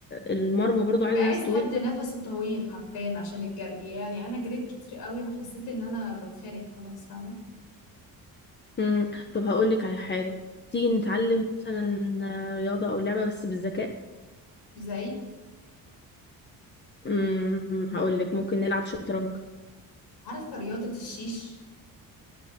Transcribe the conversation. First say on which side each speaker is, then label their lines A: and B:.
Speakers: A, on the left (about 30°); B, on the left (about 85°).
A: المرمى برضو
B: بيبقى
A: عايزه
B: عايز
A: ناس طويله
B: حد نفسه طويل حرفيا عشان الجري يعني انا جريت كتير قوي وحسيت ان انا بتخانق خلاص فاهمه
A: امم طب هقول لك على حاجه تيجي
B: مم.
A: نتعلم مثلا رياضه او لعبه بس بالذكاء
B: زي
A: امم هقول لك ممكن نلعب شطرنج
B: عارفه رياضه الشيش